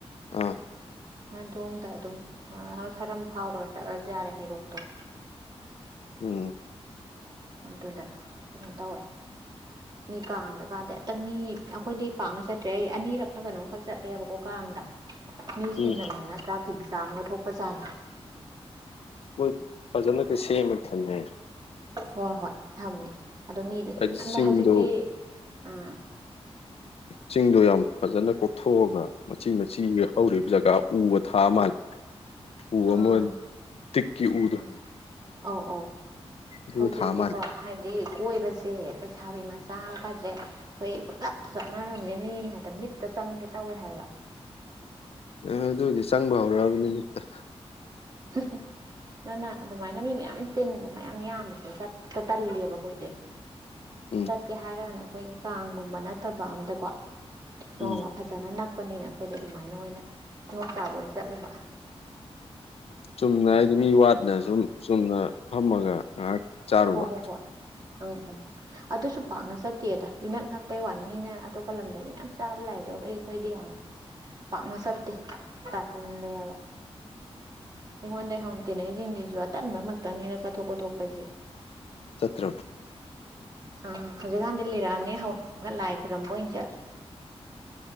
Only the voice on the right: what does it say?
ꯑꯗꯣꯝꯗ ꯑꯗꯨꯝ ꯁꯔꯝ ꯐꯥꯎꯔꯒ ꯆꯠꯂꯖꯨ ꯌꯥꯔꯦ ꯍꯩꯔꯣꯛꯇꯣ
ꯑꯗꯨꯗ ꯀꯩꯅꯣ ꯇꯧꯋꯦ
ꯃꯤ ꯀꯥꯡꯗ ꯀꯥꯗꯤ ꯇ ꯃꯤ ꯑꯈꯣꯏꯗꯤ ꯄꯥꯛꯅ ꯆꯠꯇ꯭ꯔꯦ ꯑꯩ ꯑꯅꯤꯔꯛꯂ ꯀꯩꯅꯣꯝꯈꯛ ꯆꯠꯂꯦꯕꯀꯣ ꯀꯥꯡꯗ ꯃꯤ ꯆꯤꯟꯃꯟꯗꯅ
ꯇ꯭ꯔꯥꯐꯤꯛ ꯖꯥꯝꯒ ꯊꯣꯛꯄꯖꯥꯠꯅꯤ
ꯍꯣ ꯍꯣꯏ ꯊꯝꯃꯦ ꯑꯗꯣ ꯃꯤꯗꯣ ꯆꯤꯟꯃꯟꯕꯩ
ꯍꯧꯖꯤꯛꯇꯤ ꯎꯝ
ꯑꯥ
ꯑꯥ ꯑꯧ ꯑꯧ
ꯍꯧꯖꯤꯛꯇꯤꯀꯣ
ꯍꯥꯏ ꯗꯩ ꯀꯣꯏꯕꯁꯦ ꯂꯩꯁꯥꯕꯤ ꯃꯆꯥꯒꯥꯖꯦ ꯈꯣꯏ ꯄꯡꯆꯠꯇ ꯆꯠꯅꯔꯝꯃꯦ ꯃꯤꯅ ꯃꯤꯠꯇ ꯆꯪꯒꯦ ꯇꯧꯋꯦ ꯍꯥꯏꯕ
<unintelligible> ꯅꯪꯅ ꯑꯗꯨꯃꯥꯏꯅ ꯃꯤ ꯃꯌꯥꯝ ꯇꯤꯟꯕ ꯃꯌꯥꯝ ꯌꯥꯝꯕꯁꯦ ꯆꯠꯄ ꯇꯜꯂꯦꯕ ꯑꯈꯣꯏꯗꯤ
ꯆꯠꯀꯦ ꯍꯥꯏꯔꯒꯅ ꯑꯈꯣꯏꯒꯤ ꯀꯥꯡꯒꯨꯝꯕ ꯅꯠꯇꯕ ꯑꯝꯗꯀꯣ ꯅꯣꯡꯃ
ꯐꯖꯅ ꯅꯛꯄꯅꯤꯅ ꯑꯈꯣꯏꯗꯤ ꯑꯗꯨꯃꯥꯏꯅ ꯑꯣꯏꯅ ꯀꯤꯍꯣꯝ ꯆꯥꯕ ꯑꯣꯏꯅ ꯆꯠꯂꯨꯕ
ꯍꯣ ꯍꯣ ꯍꯣꯏ ꯑ ꯎꯝ ꯑꯗꯨꯁꯨ ꯄꯥꯛꯅ ꯆꯠꯇꯦꯗ ꯏꯅꯛ ꯅꯛꯄꯩ ꯋꯥꯅꯤ ꯃꯤꯅ ꯑꯇꯣꯞꯄ ꯂꯝꯗꯗꯤ ꯃꯌꯥꯝ ꯆꯥꯕ ꯂꯥꯑꯦ ꯑꯗꯨ ꯑꯩꯈꯣꯏꯗꯤ ꯌꯥꯝ ꯄꯥꯛꯅ ꯆꯠꯇꯦ ꯇꯜꯂꯦꯕ ꯑꯩꯉꯣꯟꯗꯩ ꯍꯧꯅ ꯇꯤꯟꯅꯩꯖꯤꯡꯖꯤꯖꯨ ꯑꯇꯟꯕꯃꯛꯇꯅꯤꯅ ꯆꯊꯣꯛ ꯈꯣꯊꯣꯛꯄꯖꯦ
ꯑ ꯍꯧꯖꯤꯛꯀꯥꯟꯗꯤ ꯂꯤꯔꯛꯑꯝꯅꯤ ꯍꯧꯔꯒ ꯂꯥꯏ ꯈꯣꯏꯔꯝꯕ ꯑꯣꯏꯅ ꯆꯠꯂꯦ